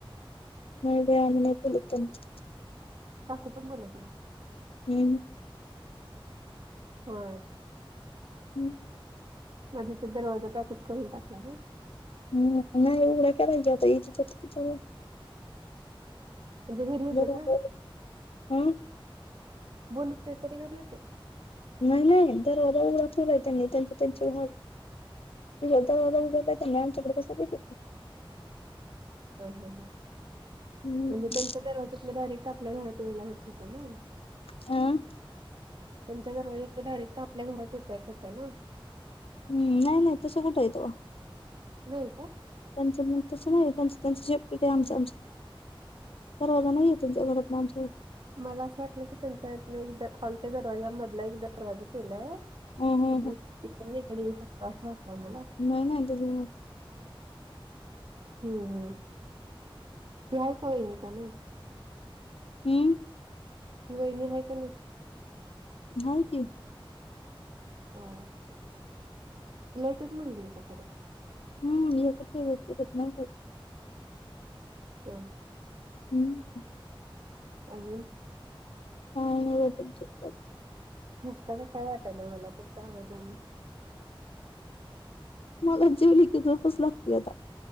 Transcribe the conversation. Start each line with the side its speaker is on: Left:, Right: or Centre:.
Left: नाही बाई आम्ही नाही बोलत त्यांच्या
Right: काकू पण बोलत नाहीत
Left: हम्म.
Right: होय.
Left: हम्म.
Right: म्हणजे ते दरवाजा पॅकेच करून टाकलाय ना
Left: हम् नाही उघडा करायची आता <unintelligible>
Right: म्हणजे घरी येतात
Left: बरोबर
Right: व्हय.
Left: हम्म.
Right: बोलत नाही तरी घरी येतात
Left: नाही नाही दरवाजा उघडा ठेवलाय त्यांनी त्यांच त्यांची घर ते काय दरवाजा उघडलाय तर आमच्याकडे कसं काय <unintelligible>
Right: अह हा हा
Left: हम्म
Right: म्हणजे त्यांच्या दरवाज्यातन आपला डायरेक्ट आपल्या घरात यायला होत होता ना
Left: हम्म.
Right: त्यांच्या दरवाज्यातन डायरेक्ट आपल्या घरात येता येत होत ना
Left: हम् नाही नाही तसं कुठं हाय तवा
Right: नाय का?
Left: त्यांचं तसं नाही त्यांच त्यांचं <unintelligible> आमचं आमचं दरवाजा नाही आहे त्यांच्या घरातन आमच्या
Right: मला असं वाटलं की त्यांच्या एक हॉलच्या दरवाजा मधला एक दरवाजा केलाय <unintelligible>
Left: हं हं
Right: असं
Left: हं
Right: वाटलं होत मला
Left: नाही नाही त्तसं नाय
Right: हम्म हम्म ते हाय का वाहिनी का नाही?
Left: हम्म.
Right: ती वहिणी आहे का नाही?
Left: हाय की
Right: हा. तिला एकच मुलगी आहे का परत?
Left: हम् एकच मुलगी आहे परत नाही काही
Right: हा.
Left: हम्म.
Right: अजून
Left: <unintelligible>
Right: <unintelligible> वाटलय मला तुमच्या आवाजाने.
Left: मला जेवल की झोपच लागते आता